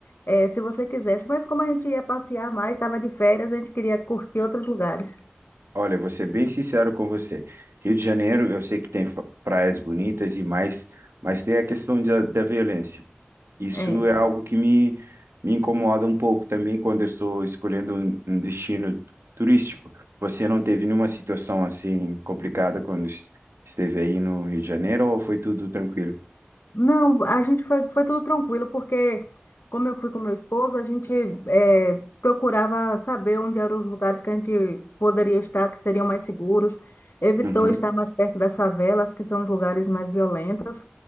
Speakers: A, on the left; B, on the right.
A: eh, se você quisesse. Mas como a gente ia passear mais, estava de férias, a gente queria curtir outros lugares.
B: Olha, vou ser bem sincero com você. Rio de Janeiro, eu sei que tem fa- praias bonitas e mais, mas tem a questão da, da violência. Isso
A: É.
B: é algo que me, me incomoda um pouco também quando eu estou escolhendo um, um destino turístico. Você não teve nenhuma situação assim complicada quando es- esteve aí no Rio de Janeiro ou foi tudo tranquilo?
A: Não, a gente foi, foi tudo tranquilo, porque como eu fui com meu esposo, a gente eh, procurava saber onde eram os lugares que a gente poderia estar, que seriam mais seguros. Evitou
B: Uhum.
A: estar mais perto das favelas, que são os lugares mais violentos.